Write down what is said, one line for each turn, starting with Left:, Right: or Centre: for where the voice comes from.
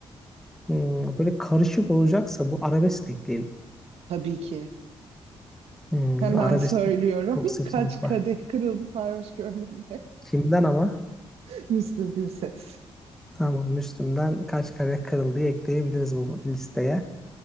Centre: Hmm, böyle karışık olacaksa bu arabesk ekleyelim.
Right: Tabii ki.
Centre: Hmm,
Right: Hemen
Centre: arabesk
Right: söylüyorum.
Centre: çok
Right: <laughs>
Centre: seçenek
Right: Kaç kadeh
Centre: var.
Right: kırıldı sarhoş gönlümde.
Centre: Kimden ama?
Right: <laughs> Müslüm Gürses.
Centre: Tamam, Müslüm'den kaç kare kırıldı ekleyebiliriz bu listeye.